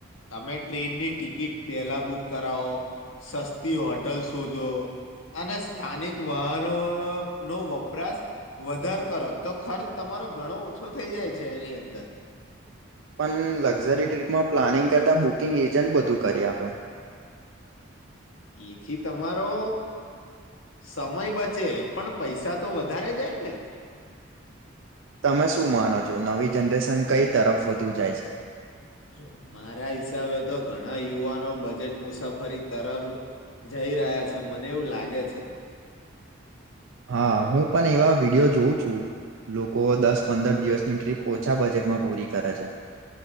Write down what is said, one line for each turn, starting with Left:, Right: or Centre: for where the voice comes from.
Left: તમે ટ્રેનની ટિકિટ પહેલા બુક કરાવો, સસ્તી હોટલ શોધો, અને સ્થાનિક વાહનો ન નો વપરાશ વધાર કરો તો ખર્ચ તમારો ઘણો ઓછો થઈ જાય છે એની અંદર
Right: પણ લક્ઝરી ટ્રીપમાં પ્લાનિંગ કરતા બુકિંગ એજન્ટ બધું કરી આપે.
Left: એથી તમારો સમય બચે પણ પૈસા તો વધારે જાય ને
Right: તમે શું માનો છો નવી જનરેશન કઈ તરફ વધુ જાય છે.
Left: જો મારા હિસાબે તો ઘણા યુવાનો બજેટ મુસાફરી તરફ જઈ રહ્યા છે. મને એવું લાગે છે.
Right: હા હું પણ એવા વિડીયો જોઉં છું લોકો દસ પંદર દિવસની ટ્રીપ ઓછા બજેટમાં પૂરી કરે છે.